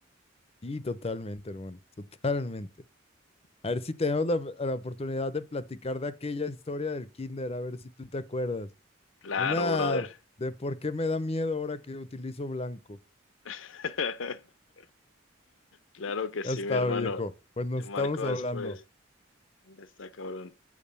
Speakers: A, on the left (about 30°); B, on the left (about 75°).
A: Y totalmente, hermano, totalmente. A ver si tenemos la, la oportunidad de platicar de aquella historia del kinder, a ver si tú te acuerdas.
B: Claro,
A: Una
B: brother.
A: de por qué me da miedo ahora que utilizo blanco.
B: <laughs> Claro que sí,
A: Ya está,
B: mi hermano.
A: viejo. Pues nos
B: Te marco
A: estamos hablando.
B: después. Ya Está cabrón.